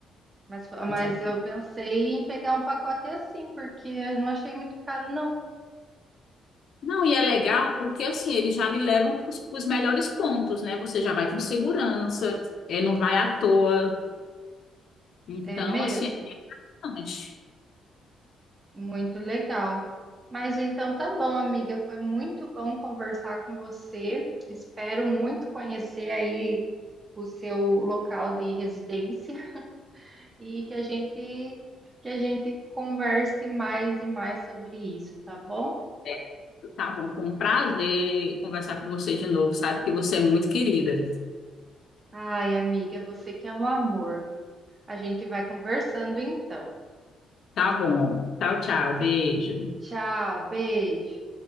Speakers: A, on the right; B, on the left.
A: Mas, fo-
B: Mas
A: mas
B: é-
A: eu pensei em pegar um pacote assim, porque eu não achei muito caro, não.
B: Não, e é legal porque assim, eles já lhe levam para os melhores pontos, né? Você já vai com segurança, é, não vai à toa. Então,
A: É mesmo?
B: assim, é importante.
A: Muito legal. Mas então tá bom, amiga. Foi muito bom conversar com você. Espero muito conhecer aí o seu local de residência <laughs> e que a gente que a gente converse mais e mais sobre isso, tá bom?
B: É, tá bom, foi um prazer conversar com você de novo, sabe que você é muito querida.
A: Ai, amiga, você que é um amor. A gente vai conversando então.
B: Tá bom. Tchau, tchau. Beijo.
A: Tchau, beijo.